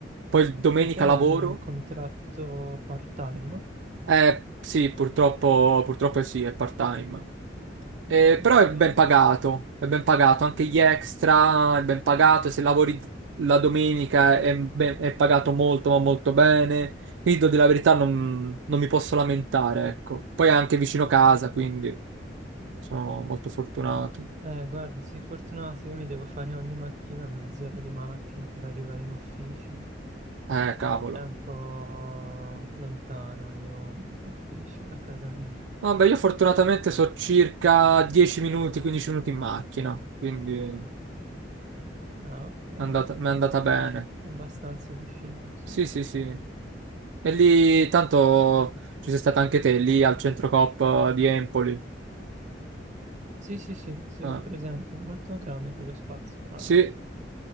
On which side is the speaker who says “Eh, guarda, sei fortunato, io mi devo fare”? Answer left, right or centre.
Right